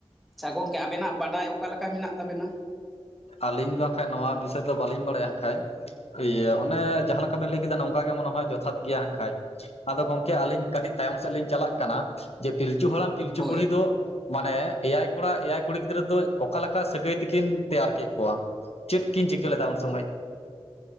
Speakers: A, in the centre; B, on the left (about 70°).
A: ᱟᱪᱪᱷᱟ ᱜᱚᱝᱠᱮ ᱟᱵᱮᱱᱟᱜ ᱵᱟᱰᱟᱭ ᱚᱠᱟ ᱞᱮᱠᱟ ᱢᱮᱱᱟᱜ ᱛᱟᱵᱮᱱᱟ
B: ᱟᱹᱞᱤᱧ ᱵᱟᱠᱷᱟᱡ ᱱᱚᱣᱟ ᱵᱤᱥᱚᱭ ᱫᱚ ᱵᱟᱹᱞᱤᱧ ᱵᱟᱲᱟᱭᱟ ᱟᱠᱷᱟᱡ ᱤᱭᱟᱹ ᱚᱱᱮ ᱡᱟᱦᱟᱸ ᱞᱮᱠᱟ ᱵᱤᱱ ᱞᱟᱹᱭ ᱠᱮᱫᱟ ᱱᱚᱝᱠᱟ ᱜᱮ ᱢᱚᱱᱮ ᱦᱚ ᱡᱚᱛᱷᱟᱛ ᱜᱮᱭᱟ ᱮᱠᱷᱟᱡ ᱟᱫᱚ ᱜᱚᱝᱠᱮ ᱟᱹᱞᱤᱧ ᱠᱟᱹᱴᱤᱡ ᱛᱟᱭᱚᱢ ᱥᱮᱫ ᱞᱤᱧ ᱪᱟᱞᱟᱜ ᱠᱟᱱᱟ ᱡᱮ ᱯᱤᱞᱪᱩ ᱦᱟᱲᱟᱢ ᱯᱤᱞᱪᱩ
A: ᱦᱳᱭ
B: ᱵᱩᱲᱦᱤ ᱫᱚ ᱢᱟᱱᱮ ᱮᱭᱟᱭ ᱠᱚᱲᱟ ᱮᱭᱟᱭ ᱠᱩᱲᱤ ᱜᱤᱫᱽᱨᱟᱹ ᱫᱚ ᱚᱠᱟ ᱞᱮᱠᱟ ᱥᱟᱹᱜᱟᱹᱭ ᱛᱮᱠᱤᱱ ᱛᱮᱭᱟᱨ ᱠᱮᱫ ᱠᱳᱣᱟ ᱪᱮᱫ ᱠᱤᱱ ᱪᱤᱠᱟᱹ ᱞᱮᱫᱟ ᱩᱱ ᱥᱚᱢᱚᱭ